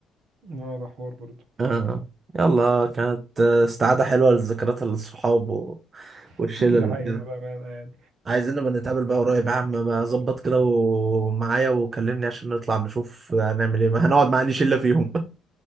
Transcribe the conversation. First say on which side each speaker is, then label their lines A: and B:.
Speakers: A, on the right; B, on the right.
A: اه ده حوار برضه
B: آه. آه. يلا كانت استعادة حلوة للذكريات الصحاب و- والشلل
A: <laughs> دي حقيقه
B: وكده
A: بامانه يعني
B: عايزين نبقى نتقابل بقى قريب يا عم ما ظبط كده ومعايا وكلمني عشان نطلع نشوف هنعمل ايه <laughs> ما هنقعد مع اي شلة فيهم